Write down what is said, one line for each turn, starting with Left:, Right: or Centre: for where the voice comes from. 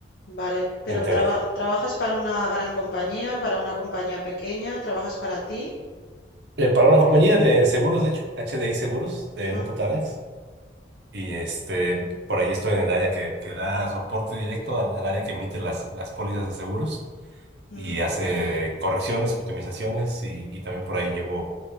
Left: vale, pero
Right: en teoría.
Left: traba- ¿trabajas para una gran compañía, para una compañía pequeña? ¿Trabajas para ti?
Right: Eh, para una compañía de seguros, de hecho, H D I Seguros, de
Left: Ah,
Right: Grupo Tarrant. Y este, por ahí estoy en el área que, que da soporte directo al, al área que emite las, las pólizas de seguros
Left: mm,
Right: y hace correcciones, optimizaciones y, y también por ahí llevo